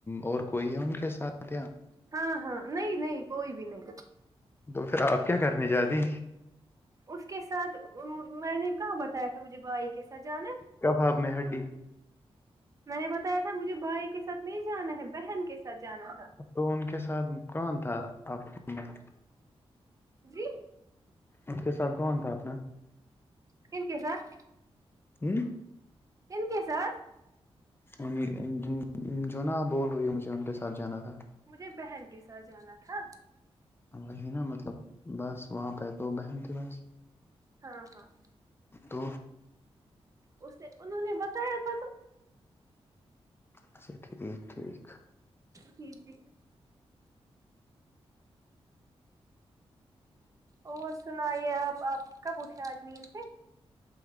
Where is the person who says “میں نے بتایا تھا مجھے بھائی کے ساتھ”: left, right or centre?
Right